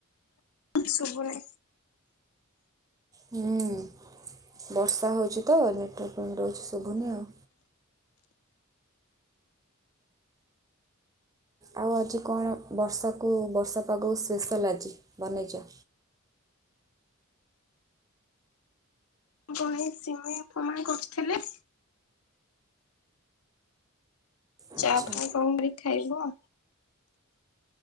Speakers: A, on the left (about 90°); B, on the right (about 15°).
A: ଶୁଭୁନି।
B: ହୁଁ ବର୍ଷା ହଉଚିତ ନେଟୱାର୍କ ପ୍ରୋବ୍ଲେମ ରହୁଚି ସୁଭୁନି ଆଉ। ଆଉ ଆଜି କଣ ବର୍ଷାକୁ ବର୍ଷା ପାଗକୁ ସ୍ପେଶାଲ୍ ଆଜି ବନେଇଚ?
A: କଣ ଏଇ ସିମେଇ ପୁଣି କରୁଥିଲେ।
B: ଆଚ୍ଛା
A: ଚା ପାଣି କଣକରି ଖାଇଲ?